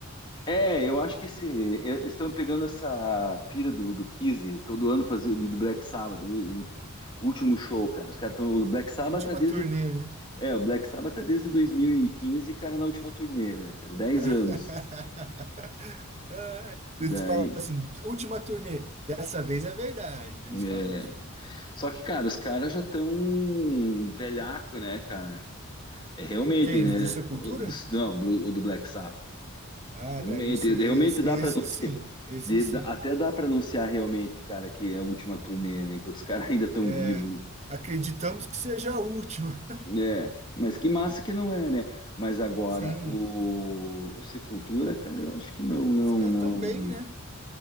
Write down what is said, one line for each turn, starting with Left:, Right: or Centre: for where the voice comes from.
Left: É, eu acho que esse, é, eles estão pegando essa pira do, do Kiss, todo ano fazia do Black Sabbath, o, o último show, cara. Os caras estão. O Black Sabbath
Right: Última
Left: tá desde.
Right: turnê, né?
Left: É, o Black Sabbath tá desde 2015, cara, na última turnê, né, cara? dez
Right: <laughs>
Left: anos.
Right: Ah,
Left: Daí.
Right: Eles falam assim, última turnê, dessa vez é verdade. Eles
Left: é.
Right: falam assim.
Left: Só que, cara, os caras já estão velhaco, né, cara? É realmente,
Right: Quem?
Left: né?
Right: Os do Sepultura?
Left: O, do- não, do, o do Black Sabbath.
Right: Ah,
Left: Realmente,
Right: daí sim,
Left: realmente
Right: esse,
Left: dá
Right: esse
Left: para
Right: sim, esse
Left: De-
Right: sim.
Left: dá- até dá para anunciar realmente, cara, que é a última turnê, né? Enquanto os caras <laughs> ainda estão
Right: É,
Left: vivos.
Right: Acreditamos que seja a última.
Left: né? É, mas que massa que não é, né? Mas agora,
Right: <laughs> Sim.
Left: o, o Sepultura, cara, eu acho que não, não,
Right: Os caras
Left: não.
Right: tão bem, né?